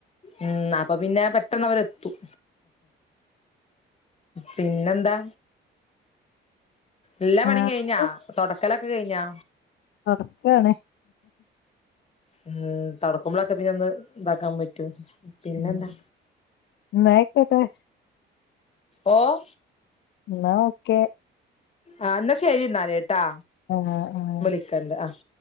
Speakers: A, on the left; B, on the left.
A: ഉം അപ്പൊ പിന്നെ പെട്ടെന്ന് അവരെത്തും. പിന്നെന്താ? എല്ലാ പണിം
B: ആഹ്
A: കയിഞ്ഞോ? തൊട്ക്കലൊക്കെ കയിഞ്ഞോ?
B: തൊട്ക്കാണ്.
A: ഉം തൊട്ക്കുമ്പളൊക്കെ പിന്നൊന്ന് താക്കാൻ പറ്റും. പിന്നെന്താ
B: ഉം ന്നയ്ക്കോട്ടെ.
A: ഓഹ്.
B: ന്നാ ഓക്കെ.
A: ആഹ്, ന്നാ ശരി എന്നാല്ട്ടാ.
B: ആഹ്, ആഹ്.
A: ക്കണ്ട ആഹ്.